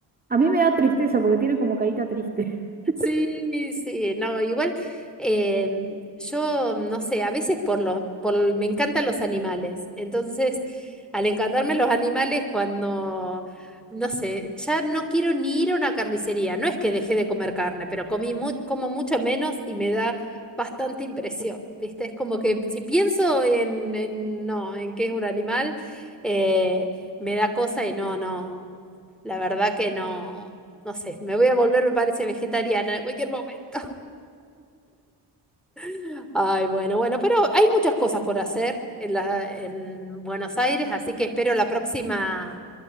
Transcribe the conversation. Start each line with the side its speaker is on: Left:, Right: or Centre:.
Right: a mí me da tristeza porque tiene como carita triste. <laughs>
Centre: Sí, sí, no, igual em, yo no sé, a veces por los, por, me encantan los animales, entonces al encantarme los animales cuando, no sé, ya no quiero ni ir a una carnicería, no es que dejé de comer carne, pero comí mu- como mucho menos y me da bastante impresión, ¿viste? Es como que si pienso en, en no, en qué es un animal, eh, me da cosa y no, no. La verdad que no, no sé, me voy a volver, me parece, vegetariana en cualquier momento. <laughs> Ay, bueno, bueno, pero hay muchas cosas por hacer en la, en Buenos Aires, así que espero la próxima,